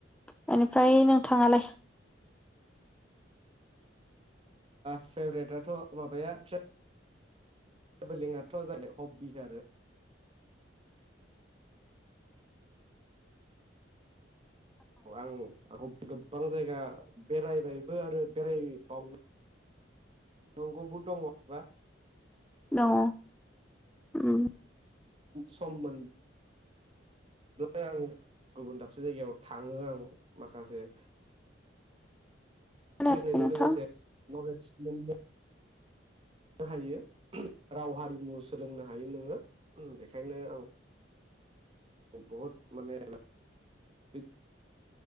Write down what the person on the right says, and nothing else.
फेब्रेटआथ माबाया ट्रेन ट्रेभेलिंआथ जायनो हबि <unintelligible> औ आं आंखौ गोबां जायगा बेरायबायबो आरो बेरायोबावनो नंगौबो दङबा
सममोन <unintelligible> आं गुबुन दाबसे जायगायाव थाङो आं माखासे
फरायनायजों
लोगोसे नलेज मोन हायो राव हारिमु सोलोंनो हायो नोङो बेखायनो आं बहुत माने <unintelligible>